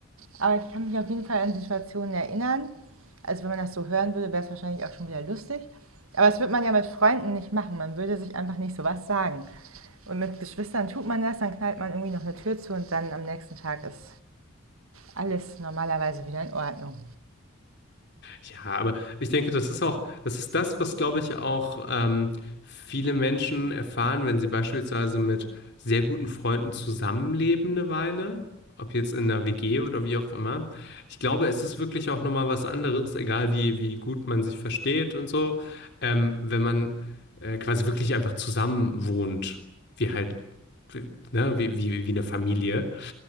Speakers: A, on the right (about 85°); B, on the left (about 55°).
A: Aber ich kann mich auf jeden Fall an Situationen erinnern. Also wenn man das so hören würde, wäre es wahrscheinlich auch schon wieder lustig. Aber das würde man ja mit Freunden nicht machen. Man würde sich einfach nicht sowas sagen. Und mit Geschwistern tut man das, dann knallt man irgendwie noch eine Tür zu und dann am nächsten Tag ist alles normalerweise wieder in Ordnung.
B: Ja, aber ich denke, das ist auch, das ist das, was, glaube ich, auch ähm, viele Menschen erfahren, wenn sie beispielsweise mit sehr guten Freunden zusammenleben eine Weile, ob jetzt in einer WG oder wie auch immer. Ich glaube, es ist wirklich auch nochmal was anderes, egal wie, wie gut man sich versteht und so, ähm, wenn man äh, quasi wirklich einfach zusammen wohnt, wie halt, ne, wie, wie, wie eine Familie.